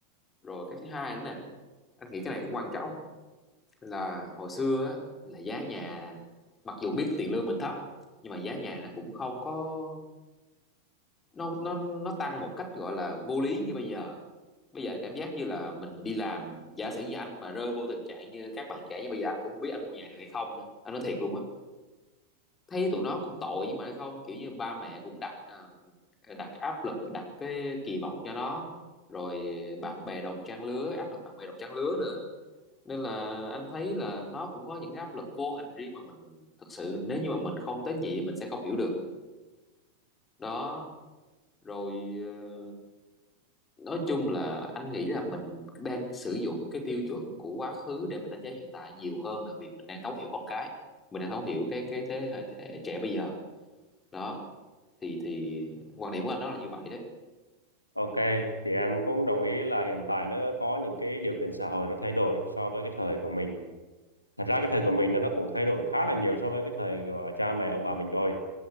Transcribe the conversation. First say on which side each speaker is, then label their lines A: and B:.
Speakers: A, on the left; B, on the left.
A: rồi cái thứ hai nữa nè anh nghĩ cái này cũng quan trọng là hồi xưa á, là giá nhà mặc dù biết tiền lương mình thấp nhưng mà giá nhà nó cũng không có nó nó nó tăng một cách gọi là vô lý như bây giờ bây giờ anh cảm giác như là mình đi làm giả sử như anh mà rơi vô tình trạng như các bạn trẻ như bây giờ anh cũng không biết anh mua nhà được hay không nữa anh nói thiệt luôn á thấy tụi nó cũng tội nhưng mà không kiểu như ba mẹ cũng đặt à, đặt áp lực đặt cái kỳ vọng cho nó rồi bạn bè đồng trang lứa áp lực bạn bè đồng trang lứa nữa nên là anh thấy là nó cũng có những áp lực vô hình riêng mà mình thật sự nếu như mà mình không tế nhị thì mình sẽ không hiểu được đó rồi ờ, nói chung là anh nghĩ là mình đang sử dụng cái tiêu chuẩn của quá khứ để mình đánh giá hiện tại nhiều hơn là việc mình đang thấu hiểu con cái mình đang thấu hiểu cái cái thế hệ, thế hệ trẻ bây giờ đó thì thì quan điểm của anh đó là như vậy đấy
B: Ok, thì em cũng đồng ý là hiện tại nó có những cái điều kiện xã hội nó thay đổi so với cái thời của mình. Thật ra cái thời của mình nó nó cũng thay đổi khá là nhiều so với cái thời của cha mẹ ông bà mình rồi.